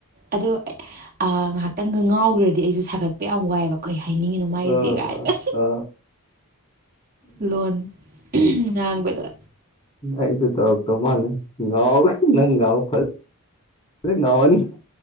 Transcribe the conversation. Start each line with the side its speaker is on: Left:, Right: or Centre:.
Right: ꯑꯗꯣ ꯑ ꯉꯥꯏꯍꯥꯛꯇꯪꯒ ꯉꯥꯎꯈ꯭ꯔꯗꯤ ꯑꯩꯁꯨ ꯁꯥꯒꯠꯄ ꯌꯥꯝ ꯋꯥꯏꯑꯦꯕ ꯀꯩ ꯍꯥꯏꯅꯤꯡꯉꯤꯅꯣ ꯃꯥꯏꯖꯦ
Left: ꯑ
Right: ꯀꯥꯏꯅ
Left: ꯑ ꯑ
Right: ꯂꯣꯟ ꯉꯥꯡꯕꯗ
Left: ꯑꯩꯁꯨ ꯇꯧꯔꯛꯇꯧ ꯃꯥꯜꯂꯦ ꯉꯥꯎ ꯅꯪ ꯉꯥꯎ ꯐ ꯐ ꯉꯥꯎꯍꯅꯤ